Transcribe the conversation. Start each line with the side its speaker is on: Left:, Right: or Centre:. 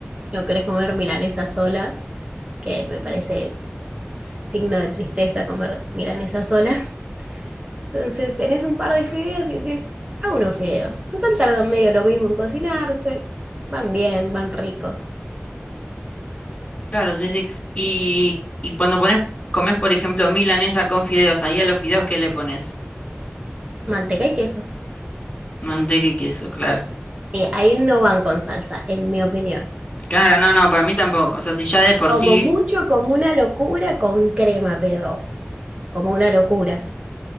Right: no querés comer milanesa sola, que me parece signo de tristeza comer milanesa sola. <laughs> Entonces tenés un par de fideos y decís, hago unos fideos. Total tardan medio lo mismo en cocinarse. Van bien, van ricos.
Left: Claro, sí, sí. Y, y cuando pones, comes, por ejemplo, milanesa con fideos, ahí a los fideos, ¿qué le pones?
Right: Manteca y queso.
Left: Manteca y queso, claro.
Right: Sí, ahí no van con salsa, en mi opinión.
Left: Claro, no, no, para mí tampoco. O sea, si ya de por
Right: Como
Left: sí,
Right: mucho, como una locura con crema, pero como una locura.